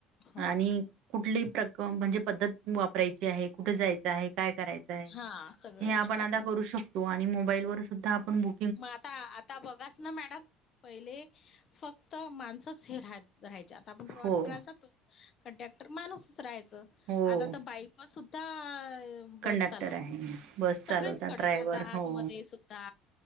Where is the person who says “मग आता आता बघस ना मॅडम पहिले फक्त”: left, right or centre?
Left